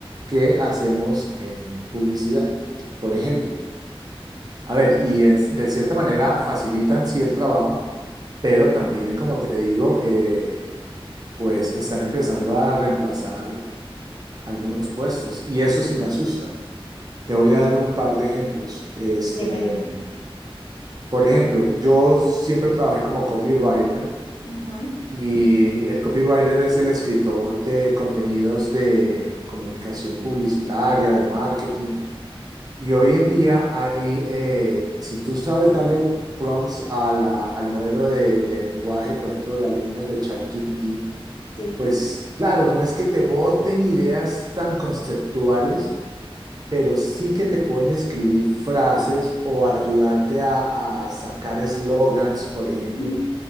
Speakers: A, on the right; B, on the left.
A: que hacemos en publicidad, por ejemplo. A ver, y en- de cierta manera facilitan sí el trabajo, pero también, como te digo, eh, pues están empezando a reemplazar algunos puestos y eso
B: ujú,
A: sí me asusta. Te voy a dar un par de ejemplos. Este,
B: dime, dime.
A: Por ejemplo, yo siempre trabajé como copywriter
B: ujú,
A: y el copywriter es el escritor de contenidos de comunicación publicitaria, de marketing. Y hoy en día hay, eh, si tú sabes darle prompts a la- al modelo de, de lenguaje, por ejemplo, de algunos de ChatGPT,
B: Sí.
A: pues claro, no es que te boten ideas tan conceptuales, pero sí que te pueden escribir frases o ayudarte a, a sacar eslogans, por ejemplo.
B: Mm.